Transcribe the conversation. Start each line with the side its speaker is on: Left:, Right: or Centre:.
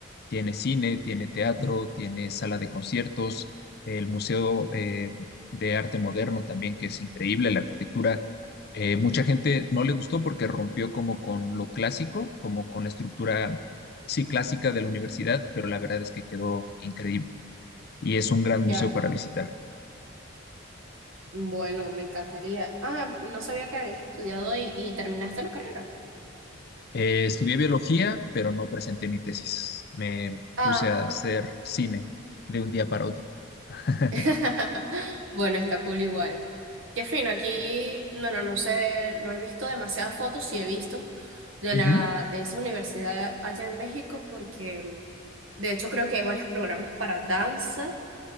Left: Tiene cine, tiene teatro, tiene sala de conciertos, el Museo eh, de Arte Moderno también, que es increíble, la arquitectura. Eh, mucha gente no le gustó porque rompió como con lo clásico, como con la estructura, sí, clásica de la universidad, pero la verdad es que quedó increíble y es un gran
Right: Ya,
Left: museo para visitar.
Right: bueno, me encantaría. Ah, no sabía que habías estudiado y, y terminaste la carrera.
Left: Eh, estudié biología, pero no presenté mi tesis. Me
Right: Ah,
Left: puse a hacer cine de un día para otro. <laughs>
Right: <laughs> bueno, está cool igual. Qué fino, aquí, no, no, no sé, no he visto demasiadas fotos, sí he visto de
Left: Ujú,
Right: la, de esa universidad allá en México, porque mm, de hecho creo que hay varios programas para danza